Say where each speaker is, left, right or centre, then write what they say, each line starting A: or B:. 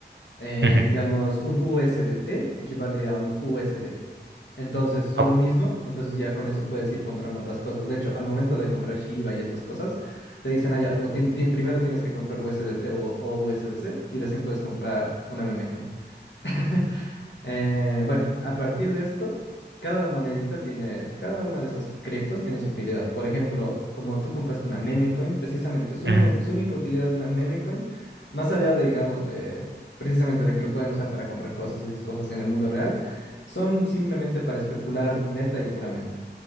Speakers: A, on the left; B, on the right.
A: Eh,
B: Ujú,
A: digamos, un USDT equivale a un USD. Entonces son
B: ok,
A: lo mismo, entonces ya con eso puedes ir comprando otras cosas. De hecho, al momento de comprar Shiba y estas cosas, te dicen, ah, ya, lo tien- tien- primero tienes que comprar USDT o, o USDC y recién puedes comprar una meme coin. <laughs> Eh, bueno, a partir de esto, cada monedita tiene, cada una de esas criptos tiene su utilidad. Por ejemplo, como tú compraste una meme coin, precisamente, su,
B: ujú.
A: nu- su única utilidad de una meme coin, más allá de, digamos, de precisamente de que lo pueden usar para comprar cosas y esas cosas en el mundo real, son simplemente para especular neta y puramente.